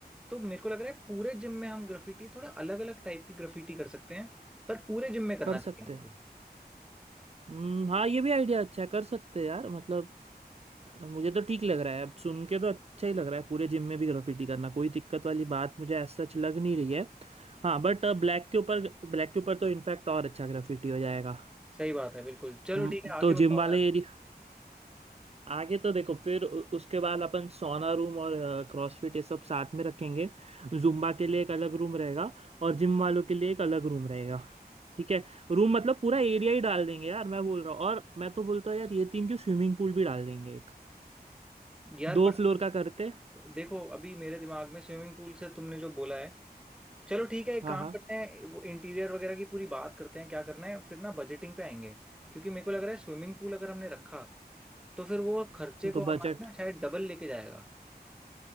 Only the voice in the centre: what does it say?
तो मेरे को लग रहा है पूरे जिम में हम ग्राफिटी थोड़ा अलग अलग टाइप की ग्राफिटी कर सकते हैं पर पूरे जिम में करना
चाहिए
हमको
सही बात है बिल्कुल चलो
ठीक है आगे
बताओ
यार
पर
देखो अभी मेरे दिमाग में स्विमिंग पूल से तुमने जो बोला है चलो ठीक है एक
काम
करते हैं वो इंटीरियर वगैरह की पूरी बात करते हैं क्या करना है फिर ना बजटिंग पे आएंगे क्योंकि मेरे को लग रहा है स्विमिंग पूल अगर हमने रखा तो फिर वो खर्चे को
हमारे ना शायद डबल लेके जाएगा